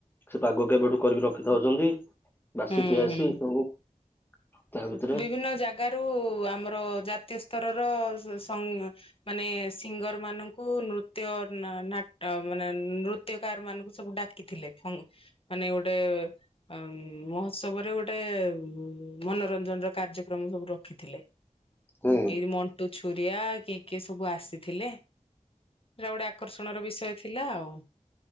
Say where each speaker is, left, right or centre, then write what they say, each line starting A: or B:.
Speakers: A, on the left (about 15°); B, on the left (about 45°).
A: ସେ ପାଗ
B: ହୁଁ
A: କେବେଠୁ କରିକି
B: ହୁଁ।
A: ରଖିଥାଉଛନ୍ତି ବାସି
B: ହୁଁ
A: ତିଆସି
B: ହୁଁ।
A: ସବୁ। ତା ଭିତରେ
B: ବିଭିନ୍ନ ଜାଗାରୁ ଆମର ଜାତୀୟ ସ୍ତରର ସଂ ମାନେ ସିଙ୍ଗର ମାନଙ୍କୁ ନୃତ୍ୟ ନ ନାଟ ମାନେ ନୃ ତ୍ୟକାର ମାନଙ୍କୁ ସବୁ ଡାକିଥିଲେ ଫଙ୍ଗୁ ମାନେ ଗୋଟେ ଅ ମହୋତ୍ସବରେ ଗୋଟେ ମନ ନୋରଞ୍ଜନ ର କାର୍ଯ୍ୟକ୍ରମ ସବୁ ରଖିଥିଲେ
A: ହୁଁ।
B: ଏଇ ମଣ୍ଟୁ ଛୁ ରିଆ କିଏ କିଏ ସବୁ ଆସିଥିଲେ ସେଟା ଗୋଟେ ଆକର୍ଷଣର ବିଷୟ ଥିଲା ଆଉ।